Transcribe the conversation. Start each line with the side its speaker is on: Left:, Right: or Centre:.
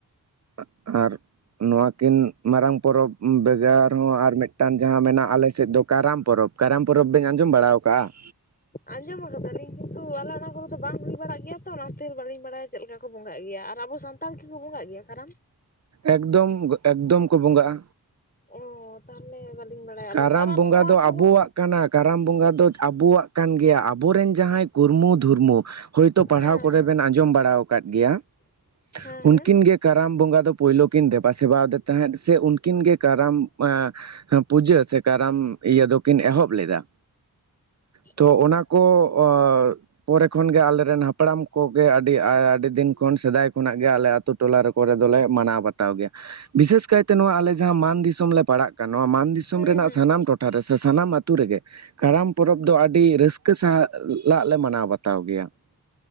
Right: ᱟ ᱟᱨ ᱱᱚᱣᱟ ᱠᱤᱱ ᱢᱟᱨᱟᱝ ᱯᱚᱨᱚᱵᱽ ᱵᱮᱜᱚᱨ ᱦᱚᱸ ᱟᱨ ᱢᱤᱫ ᱡᱟᱦᱟᱸ ᱢᱮᱱᱟᱜᱼᱟ ᱟᱞᱮᱥᱮᱫ ᱫᱚ ᱠᱟᱨᱟᱢ ᱯᱚᱨᱚᱵᱽ, ᱠᱟᱨᱟᱢ ᱯᱚᱨᱚᱵᱽ ᱵᱮᱱ ᱟᱸᱡᱚᱢ ᱵᱟᱲᱟ ᱟᱠᱟᱜᱼᱟ?
Left: ᱟᱸᱡᱚᱢ ᱠᱟᱫᱟᱞᱤᱧ ᱠᱤᱱᱛᱩ ᱟᱞᱮ ᱚᱱᱟ ᱠᱚᱨᱮ ᱫᱚ ᱵᱟᱝ ᱦᱩᱭ ᱵᱟᱲᱟᱜ ᱜᱮᱭᱟ ᱛᱚ, ᱚᱱᱟ ᱠᱷᱟᱹᱛᱤᱨ ᱵᱟᱹᱞᱤᱧ ᱵᱟᱲᱟᱭᱟ ᱪᱮᱫ ᱞᱮᱠᱟ ᱠᱚ ᱵᱚᱸᱜᱟᱜ ᱜᱮᱭᱟ ᱟᱨ ᱟᱵᱚ ᱥᱟᱱᱛ ᱛᱟᱲ ᱠᱤ ᱠᱚ ᱵᱚᱸᱜᱟᱜ ᱜᱮᱭᱟ ᱠᱟᱨᱟᱢ?
Right: ᱮᱠᱫᱚᱢ ᱮᱠᱫᱚᱢ ᱠᱚ ᱵᱚᱸᱜᱟᱜᱼᱟ᱾
Left: ᱚᱻ ᱛᱟᱦᱚᱞᱮ ᱵᱟᱹᱞᱤᱧ ᱵᱟᱲᱟᱭᱟ
Right: ᱠᱟᱨᱟᱢ
Left: ᱟᱹᱞᱤᱧ ᱫᱚ ᱟᱨ ᱟᱞᱮ
Right: ᱵᱚᱸᱜᱟ
Left: ᱱᱚᱣᱟ
Right: ᱫᱚ ᱟᱵᱚᱣᱟᱜ
Left: ᱠᱚᱨᱮ
Right: ᱠᱟᱱᱟ ᱠᱟᱨᱟᱢ ᱵᱚᱸᱜᱟ ᱫᱚ ᱟᱵᱚᱣᱟᱜ ᱠᱟᱱ ᱜᱮᱭᱟ ᱟᱵᱚᱨᱮᱱ ᱡᱟᱦᱟᱸᱭ ᱠᱩᱨᱢᱩ ᱫᱷᱩᱨᱢᱩ, ᱦᱳᱭᱛᱳ ᱯᱟᱲᱦᱟᱣ
Left: ᱦᱮᱸ
Right: ᱠᱚᱨᱮ
Left: ᱦᱮᱸ
Right: ᱵᱮᱱ ᱟᱸᱡᱚᱢ ᱵᱟᱲᱟ ᱟᱠᱟᱫ ᱜᱮᱭᱟ
Left: ᱦᱮᱸ
Right: ᱩᱱᱠᱤᱱ
Left: ᱦᱮᱸ
Right: ᱜᱮ, ᱠᱟᱨᱟᱢ ᱵᱚᱸᱜᱟ ᱫᱚ ᱯᱳᱭᱞᱳ ᱠᱤᱱ ᱫᱮᱵᱟ ᱥᱮᱵᱟᱫᱮ ᱛᱟᱦᱮᱸᱫ ᱥᱮ ᱩᱱᱠᱤᱱ ᱜᱮ, ᱠᱟᱨᱟᱢ ᱮᱸ ᱯᱩᱡᱟᱹ ᱥᱮ ᱠᱟᱨᱟᱢ ᱤᱭᱟᱹ ᱫᱚᱠᱤᱱ ᱮᱦᱚᱵ ᱞᱮᱫᱟ, ᱛᱚ
Left: ᱚ
Right: ᱚᱱᱟ ᱠᱚ ᱚᱻ ᱯᱚᱨᱮ ᱠᱷᱚᱱᱜᱮ ᱟᱞᱮᱨᱮᱱ ᱦᱟᱯᱲᱟᱢ ᱠᱚᱜᱮ, ᱟᱹᱰᱤ ᱟᱹᱻᱰᱤ ᱫᱤᱱ ᱠᱷᱚᱱ ᱥᱮᱫᱟᱭ ᱠᱷᱚᱱᱟᱜ ᱜᱮ ᱟᱞᱮ ᱟᱹᱛᱩ ᱴᱚᱞᱟ ᱨᱮᱠᱚ ᱠᱚᱨᱮ ᱫᱚᱞᱮ ᱢᱟᱱᱟᱣ ᱵᱟᱛᱟᱣ ᱜᱮᱭᱟ ᱾ ᱵᱤᱥᱮᱥ ᱠᱟᱭᱛᱮ ᱱᱚᱣᱟ ᱟᱞᱮ ᱡᱟᱦᱟᱸ ᱢᱟᱱ ᱫᱤᱥᱚᱢ ᱞᱮ ᱯᱟᱲᱟᱜ ᱠᱟᱱᱟ, ᱱᱚᱣᱟ ᱢᱟᱱ ᱫᱤᱥᱚᱢ
Left: ᱦᱩᱸ
Right: ᱨᱮᱱᱟᱜ
Left: ᱦᱩᱸ ᱦᱩᱸ
Right: ᱥᱟᱱᱟᱢ ᱴᱚᱴᱷᱟ ᱨᱮ ᱥᱮ ᱥᱟᱱᱟᱢ ᱟᱛᱩ ᱨᱮᱜᱮ ᱠᱟᱨᱟᱢ ᱯᱚᱨᱚᱵᱽ ᱫᱚ ᱟᱹᱰᱤ ᱨᱟᱹᱥᱠᱟᱹ ᱥᱟᱶ ᱞᱟᱜ ᱞᱮ ᱢᱟᱱᱟᱣ ᱵᱟᱛᱟᱣ ᱜᱮᱭᱟ ᱾